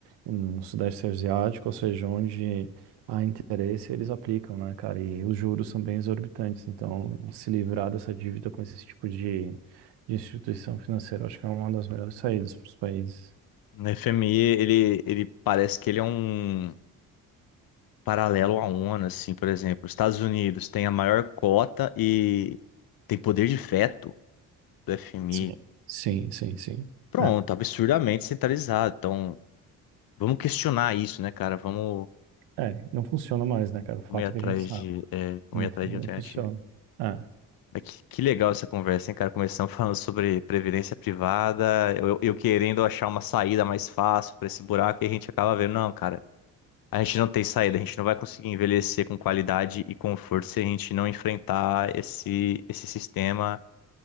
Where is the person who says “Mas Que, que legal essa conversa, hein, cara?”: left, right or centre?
Left